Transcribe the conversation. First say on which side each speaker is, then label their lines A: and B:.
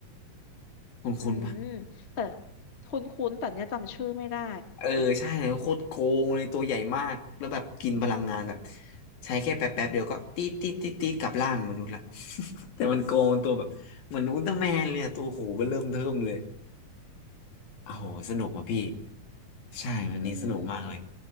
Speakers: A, on the left (about 75°); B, on the left (about 40°).
A: คุณคุณปะ
B: อืมแต่คุ้นๆแต่เนี้ยจำชื่อไม่ได้
A: เออใช่เลยโคตรโกงเลยตัวใหญ่มากแล้วแบบกินพลังงานแบบใช้แค่แป๊บแป๊บเดียวก็ตีดตีดตีดตีดกลับร่างมนุษย์ละ <laughs> แต่มันโกงตัวแบบเหมือนอุลตร้าแมนเลยอะตัวโหเบ้อเริ่มเทิ่มเลย โอ้โห สนุกว่ะพี่ ใช่ วันนี้สนุกมากเลย
B: อืม